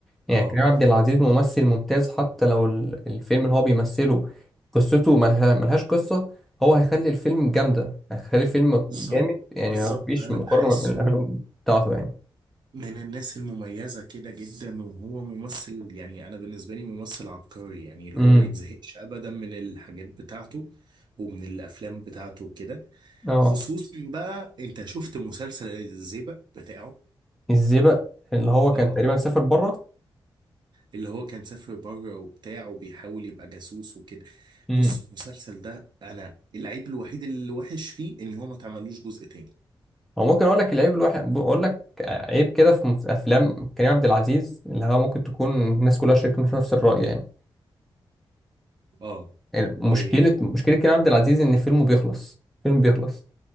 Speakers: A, in the centre; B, on the right (about 55°).
A: يعني
B: اه
A: كريم عبد العزيز ممثل ممتاز حتى لو ال- الفيلم اللي هو بيمثله قصته ملها- ملهاش قصة هو هيخلي الفيلم جامدة هيخلي الفيلم
B: بالظبط
A: جامد يعني
B: بالظبط
A: مفيش
B: انا
A: مقارنة
B: بحسه
A: بين الأفلام بتاعته يعني
B: من الناس المميزه كده جدا وهو ممثل يعني انا بالنسبه لي ممثل عبقري يعني اللي
A: امم
B: هو ما يتزهقش ابدا من الحاجات بتاعته ومن الافلام بتاعته وكده
A: اه
B: خصوصا بقى انت شفت مسلسل الزيبق بتاعه
A: الزئبق اللي هو كان
B: اه
A: تقريبا سافر بره
B: اللي هو كان سافر بره وبتاع وبيحاول يبقى جاسوس وكده
A: امم
B: بص المسلسل ده انا العيب الوحيد اللي وحش فيه ان هو ما اتعملوش جزء تاني
A: هو ممكن أقول لك العيب الواحد أقول لك عيب كده في مس- أفلام كريم عبد العزيز اللي هو ممكن تكون الناس كلها شايفين في نفس الرأي يعني
B: اه
A: يعني مشكلة
B: إيه
A: مشكلة كريم عبد العزيز إن فيلمه بيخلص فيلم بيخلص